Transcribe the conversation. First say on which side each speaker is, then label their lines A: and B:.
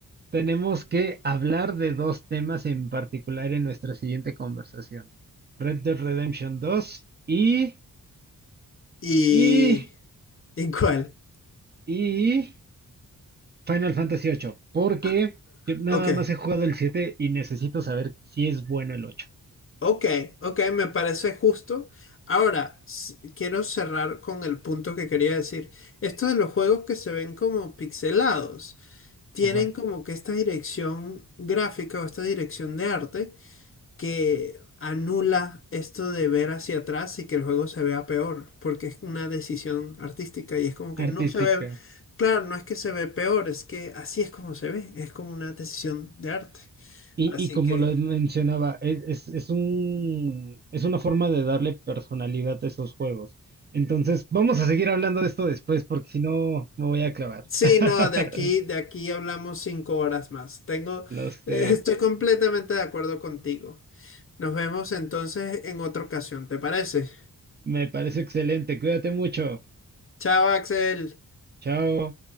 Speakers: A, on the right; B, on the left.
A: Tenemos que hablar de dos temas en particular en nuestra siguiente conversación. Red Dead Redemption 2 y,
B: ¿Y,
A: y,
B: ¿y cuál?
A: y Final Fantasy 8, porque
B: Ah,
A: yo nada
B: ok,
A: más he jugado el 7 y necesito saber si es bueno el 8.
B: Ok, ok, me parece justo. Ahora, s- quiero cerrar con el punto que quería decir. Esto de los juegos que se ven como pixelados, tienen
A: Ajá,
B: como que esta dirección gráfica o esta dirección de arte que anula esto de ver hacia atrás y que el juego se vea peor, porque es una decisión artística y es como que
A: artística.
B: no se ve, claro, no es que se ve peor, es que así es como se ve, es como una decisión de arte.
A: Y,
B: Así
A: y como
B: que...
A: lo mencionaba, es, es, es un, es una forma de darle personalidad a esos juegos. Entonces, vamos a seguir hablando de esto después, porque si no, me voy a clavar.
B: Sí,
A: <laughs>
B: no, de aquí, de aquí hablamos cinco horas más. Tengo,
A: Lo
B: <laughs>
A: sé.
B: eh, estoy completamente de acuerdo contigo. Nos vemos entonces en otra ocasión, ¿te parece?
A: Me parece excelente. Cuídate mucho.
B: Chao, Axel.
A: Chao.